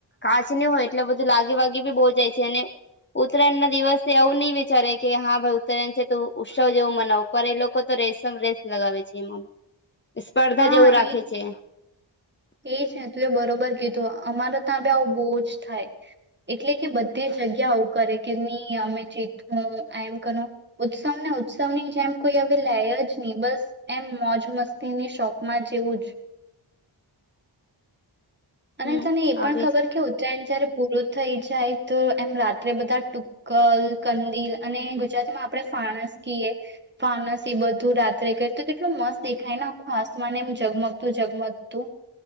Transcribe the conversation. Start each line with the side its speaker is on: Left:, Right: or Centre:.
Left: કાચ ન હોય એટલે બધું લાગી વાગી બી બહુ જાય છે અને ઉત્તરાયણ ના દિવસે એવું નહી વિચારે કે હા ભાઈ ઉત્તરાયણ છે તો ઉત્સવ જેવું મનાવો પર એ લોકો તો રસમ રેસ લગાવે છે એમાં સ્પર્ધા
Right: હા
Left: જેવું રાખે
Right: એ
Left: છે.
Right: એ છે તું એ બરોબર કીધું અમારે ત્યાં આવું બહુ જ થાય. એટલે કે બધી જગ્યાઓ. કરે કે નહી અમે ચીું એમ કર ઉત્સવ ને ઉત્સવ ની જેમ કોઈ હવે લે જ નહી બસ એમ મોજ મસ્તી સ્ટોકમાં જેવું જ અને
Left: હમ
Right: તને એ પણ
Left: આવી
Right: ખબર કે ઉત્તરાયણ જયારે પૂરું થઈ જાય તો એમ રાત્રે બધા ટુક્કલ કંદિલ અને ગુજરાતીમાં આપડણે ફણસ કએ ફણસ એ બધું રાત્રે કરી, તો કેટલું મસ્ત દેખાય ને આખું આસમાને એમ જગમગતું જગમગતું